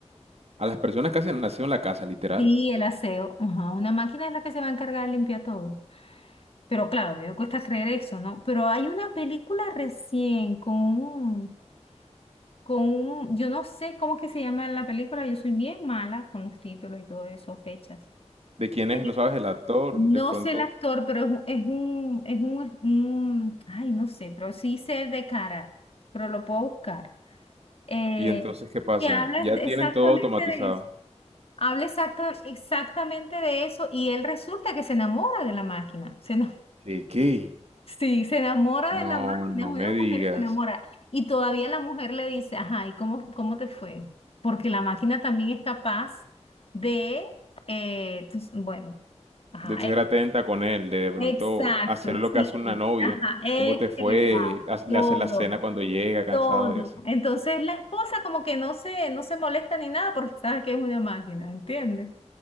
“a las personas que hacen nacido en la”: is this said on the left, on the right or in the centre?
Right